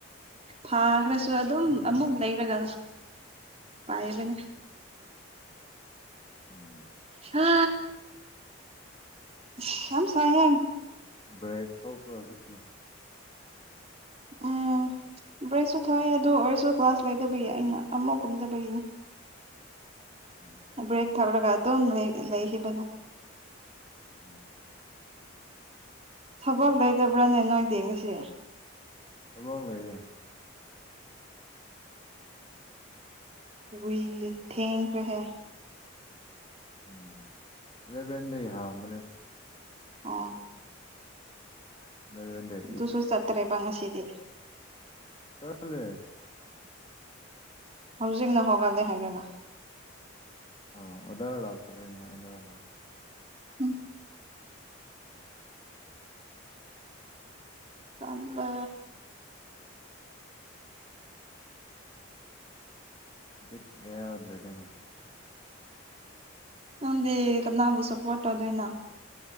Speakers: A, on the right (about 30°); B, on the left (about 25°).
A: ꯐꯥꯈ꯭ꯔꯁꯨ ꯑꯗꯨꯝ ꯑꯃꯨꯛ ꯂꯩꯔꯒ ꯄꯌꯦꯕꯅꯦ
B: ꯎꯝ
A: ꯑ ꯁꯝꯁꯌꯦ
B: ꯕ꯭ꯔꯦꯛ ꯊꯣꯛꯄ꯭ꯔꯣ ꯍꯧꯖꯤꯛꯇꯤ
A: ꯎꯝ ꯭ꯔꯩꯁꯨ ꯊꯣꯛꯑꯦ ꯑꯗꯨ ꯑꯣꯏꯔꯁꯨ ꯀ꯭ꯂꯥꯁ ꯂꯩꯗꯕꯒꯤ ꯑꯩꯅ ꯑꯃꯐꯛ ꯀꯨꯝꯗꯕꯒꯤꯅꯦ
B: ꯎꯝ
A: ꯕꯨ꯭ꯔꯦꯛ ꯊꯥꯀꯔꯒꯗ ꯂꯩ ꯂꯩ ꯍꯗꯥ
B: ꯎꯝ
A: ꯊꯕꯛ ꯂꯩꯇꯕ꯭ꯔꯅꯦ ꯅꯣꯏꯗꯤꯡ ꯉꯁꯤ
B: ꯑ ꯂꯩꯦ
A: ꯋꯤ ꯊꯤꯡꯀ ꯔꯦ
B: ꯎꯝ ꯏꯂꯦꯚꯦꯟꯗ ꯍꯥꯡꯕꯅꯦ
A: ꯑ
B: ꯑꯦꯂꯚꯦꯟꯗꯩ ꯑꯩꯠ
A: ꯇꯨꯁꯨ ꯆꯠꯇꯦꯕꯪꯉꯁꯤꯗꯤ
B: ꯆꯂꯦ
A: ꯍꯧꯖꯤꯛꯅ ꯍꯧꯒ ꯂꯩꯦ ꯍꯥꯏꯔꯒ
B: ꯑ ꯎꯗꯍꯔꯇ ꯄꯩꯅ ꯎꯗꯥꯔꯦ
A: ꯎꯝ ꯀꯝꯕ
B: ꯠ ꯌꯥꯎꯗ꯭ꯔꯣ ꯔꯃꯦꯁ
A: ꯅꯝꯗꯤ ꯀꯅꯥꯕꯨ ꯁꯄꯣꯠꯗꯣꯏꯅ